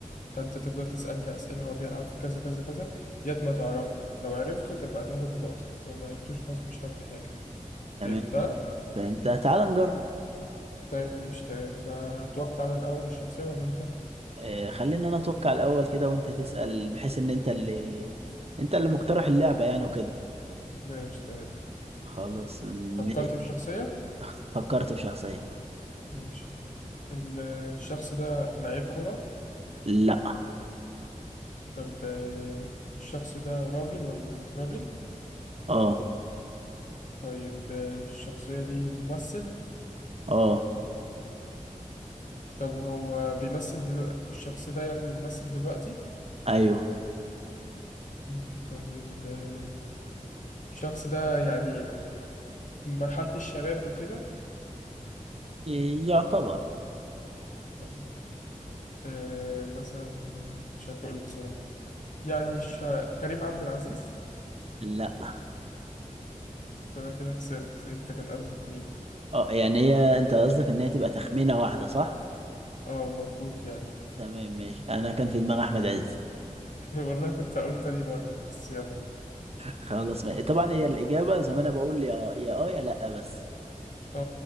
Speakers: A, on the left (about 65°); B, on the right (about 45°).
A: فانت تفضل تسالني اسئله هو بيلعب في كذا كذا كذا يا ما تعرفه لو عرفته تبقى تاخد نقطه لو ما عرفتوش خلاص مش تاخد حاجه
B: تمام
A: فهمتها؟
B: ماشي. فانت تعال نجرب
A: طيب ماشي طيب أتوقع أنا الأول الشخصية ولا أنت؟
B: آه، خلينا انا اتوقع الاول كده وانت تسال بحيث ان انت اللي انت اللي مقترح اللعبه يعني وكده
A: ماشي طيب
B: خلاص ماشي
A: فكرت في شخصية؟
B: اخت- فكرت في شخصيه
A: ماشي ال- الشخص ده لعيب كورة
B: لا
A: طب آه، الشخص ده راجل ولا راجل؟
B: اه
A: طيب آه، الشخصية دي ممثل
B: اه
A: طب هو بيمثل دلو... الشخص ده يعني بيمثل دلوقتي؟
B: ايوه
A: مم، طيب آه، الشخص ده يعني في مرحلة الشباب وكده
B: إيه، يعتبر
A: طيب، آه، مثلا مش عارف أقوله بصراحة يعني الش... كريم عبد العزيز
B: لا
A: تمام كده خسرت انت كان قصدك مين
B: اه يعني هي انت قصدك ان هي تبقى تخمينة واحدة صح؟
A: اه المفروض يعني
B: تمام ماشي انا كان في دماغي احمد عز
A: <laughs> والله كنت هقوله تاني مرة بس يلا
B: خلاص ماشي. طبعا هي الاجابة زي ما انا بقول يا يا اه يا لا بس
A: اه